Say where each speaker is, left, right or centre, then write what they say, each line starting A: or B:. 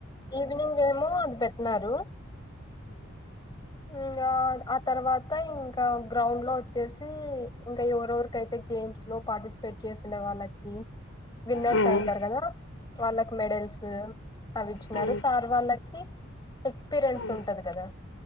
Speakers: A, on the left; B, on the left.
A: ఈవినింగ్ ఏమో అది పెట్టినారు ఇంకా ఆ తర్వాత ఇంకా గ్రౌండ్ లో వచ్చేసి ఇంకా ఎవరెవరికైతే గేమ్స్ లో పార్టిసిపేట్ చేసిండే వాళ్ళకి విన్నర్స్
B: మ్మ్.
A: అయింటారు కదా వాళ్ళ మెడల్స్ అవి ఇచ్చినారు
B: మ్మ్.
A: సార్ వాళ్ళ కి ఎక్స్పీరియన్స్
B: మ్మ్.
A: ఉంటది కదా